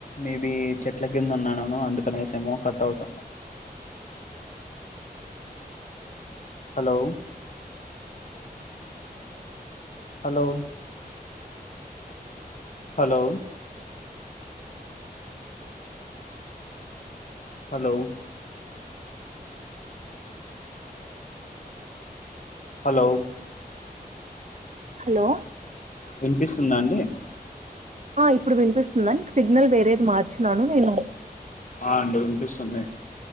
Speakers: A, on the left; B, on the right.
A: మేబి చెట్ల కింద ఉన్నానునో అందుకనేసి ఏమో కట్ అవుతున్న hello hello hello hello hello
B: hello
A: వినిపిస్తుందండి అండి
B: ఇప్పుడు వినిపిస్తుందా సిగ్నల్ వేరేది మార్చినను నేను
A: ఆ అండి వినిపిస్తుంది